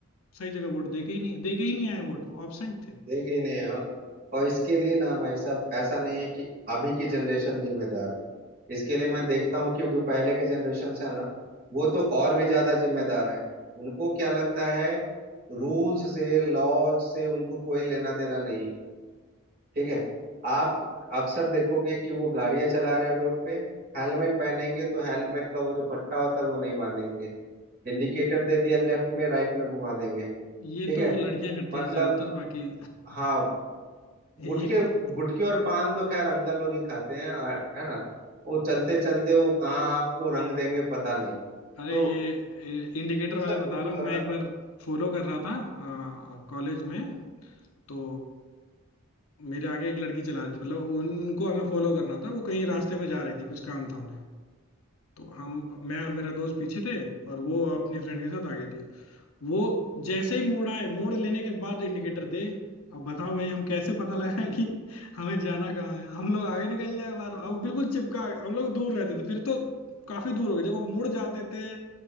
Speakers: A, on the left; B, on the right.
A: सही जगह वोट दे के ही नहीं दे के ही नहीं आए वोट वो एबसेंट थे
B: देखे ही नहीं है और और इसके लिए ना भाई साहब ऐसा नहीं है कि अभी की जनरेशन जिम्मेदार है। इसके लिए मैं देखता हूँ कि जो पहले के जनरेशन है ना वो तो और भी ज्यादा जिम्मेदार हैं उनको क्या लगता है रूल्स से लॉज से उनको कोई लेना देना नहीं है। ठीक है आप अक्सर देखोगे कि वो गाड़ियां चला रहे हैं रोड पे हेलमेट पहनेंगे तो हेलमेट का वो जो पट्टा होता है वो नहीं बांधेंगे इंडिकेटर दे दिया लेफ्ट में राइट में घुमा देंगे
A: ये
B: ठीक है
A: तो लड़कियां करती
B: मतलब
A: हैं ज्यादातर बाकी
B: हाँ
A: एक
B: गुटखे
A: बार
B: गुटखे और पान तो खैर अंकल लोग ही खाते हैं आ- है ना वो
A: हाँ
B: चलते चलते वो कहाँ आपको रंग देंगे पता नहीं
A: अरे
B: तो
A: ये इंडिकेटर
B: इन
A: वाला
B: सब
A: बता
B: को भी
A: रहा हूँ
B: थोड़ा
A: मैं एक बार फॉलो कर रहा था कॉलेज में तो मेरे आगे एक लड़की चला रही थी मतलब उनको हमें फॉलो करना था वो कहीं रास्ते में जा रही थी कुछ काम था उन्हें तो हम मैं और मेरा दोस्त पीछे थे और वो अपने फ्रेंड के साथ आगे थी वो जैसे ही मोड़ आए मोड़ लेने के बाद इंडिकेटर दे अब बताओ भाई हम कैसे पता लगाएं कि हमें जाना कहाँ है हम लोग आगे निकल जाए बार अब बिल्कुल चिपका हम लोग दूर रहते थे फिर तो काफी दूर हो गए जब वो मुड़ जाते थे